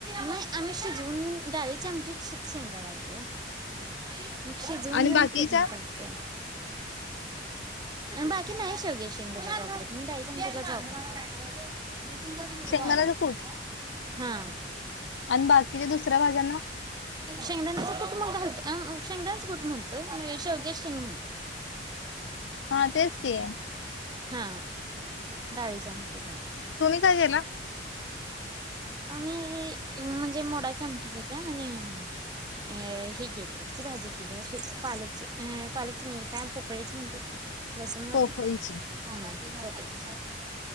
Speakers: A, on the right (about 20°); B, on the left (about 85°).
A: नाही आम्ही शिजवून घेऊन डाळीची आमटीत शेंगा घालतो ते शिजून
B: आणि
A: घेऊन
B: बाकीच्या
A: फोडणी टाकतोय बाकी नाही शेवगी शेंग कशात वापरत मी डाळीच्या आमटीलाच वापरतोय दिसून जात गरू
B: शेंगदाण्याचा
A: आली
B: कूट
A: हा
B: आणि बाकीच्या दुसऱ्या भाज्यांना
A: शेंगदाण्याचं कुट मग घालत अ शेंगदाानचं कुट म्हणतोय शेवग्याच्याशेंग म्हणतो
B: हा तेच की
A: हा डाळीच्या आमटीला
B: का गेला
A: आम्ही म्हणजे मोडाची आमटी केल्या आणि अ हे केलयं याची भाजी केली अशी पालकची अ पालकची नाही काय पोकळीची म्हणत्यात ती लसुन घालू
B: पोफळीची
A: हम्म पोकळ्याची